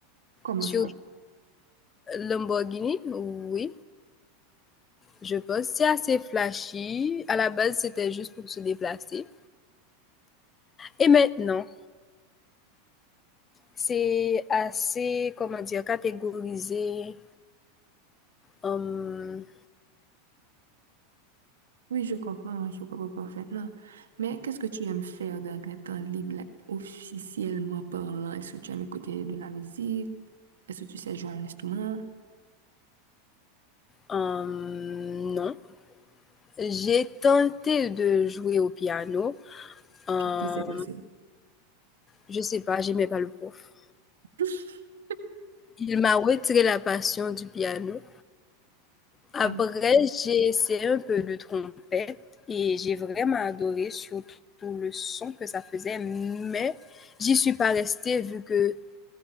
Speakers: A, on the right; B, on the left.
A: comment
B: Surtout
A: ça?
B: Lamborghini, oui, je pense. C'est assez flashy. À la base, c'était juste pour se déplacer. Et maintenant, c'est assez, comment dire, catégorisé en,
A: Oui, je comprends, je comprends parfaitement. Mais qu'est-ce que tu aimes faire dans ton temps libre, like, officiellement parlant? Est-ce que tu aimes écouter de la musique? Est-ce que tu sais jouer à un instrument?
B: en nom. J'ai tenté de jouer au piano. Euh,
A: Qu'est-ce qui s'est passé?
B: je sais pas, j'aimais pas le prof.
A: <laughs>
B: Il m'a retiré la passion du piano. Après,
A: Ah,
B: j'ai essayé un peu de trompette et j'ai vraiment adoré surtout le son que ça faisait, mais j'y suis pas restée vu que